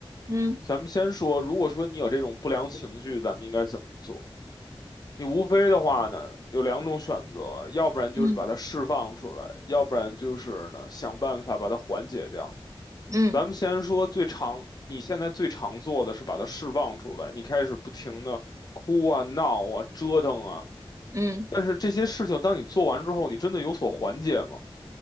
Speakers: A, on the right; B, on the left.
A: 嗯
B: 咱们先说，如果说你有这种不良情绪，咱们应该怎么做？你无非的话呢，有两种选择，要不然就是把它释放出来，
A: 嗯
B: 要不然就是呢，想办法把它缓解掉。
A: 嗯
B: 咱们先说最常，你现在最常做的是把它释放出来，你开始不停的哭啊、闹啊、折腾啊，
A: 嗯，
B: 但是这些事情当你做完之后，你真的有所缓解吗？